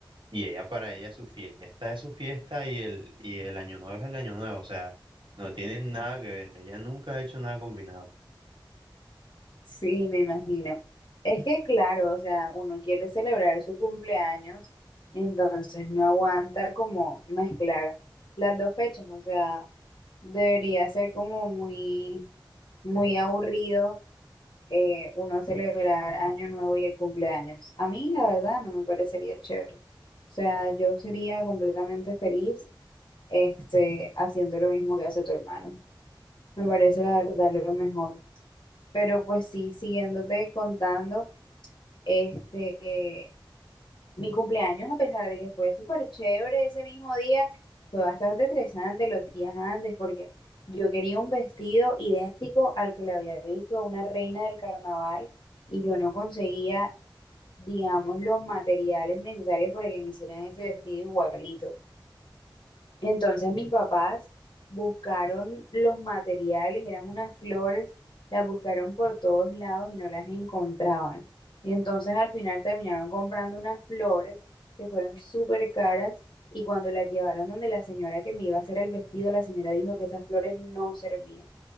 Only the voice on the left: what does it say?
Sí, me imagino. Es que claro, o sea, uno quiere celebrar su cumpleaños, entonces no aguanta como mezclar las dos fechas. O sea, debería ser como muy, muy aburrido eh, uno celebrar Año Nuevo y el cumpleaños. A mí, la verdad, no me parecería chévere. O sea, yo sería completamente feliz este, haciendo lo mismo que hace tu hermano. Me parece la verdad lo mejor. Pero pues sí, siguiéndote contando, este, mi cumpleaños, a pesar de que fue súper chévere ese mismo día, fue bastante estresante los días antes porque yo quería un vestido idéntico al que le había visto a una reina del carnaval y yo no conseguía, digamos, los materiales necesarios para que me hicieran ese vestido igualito. Entonces mis papás buscaron los materiales, eran unas flores, las buscaron por todos lados y no las encontraban. Y entonces al final terminaron comprando unas flores que fueron súper caras y cuando las llevaron donde la señora que me iba a hacer el vestido, la señora dijo que esas flores no servían.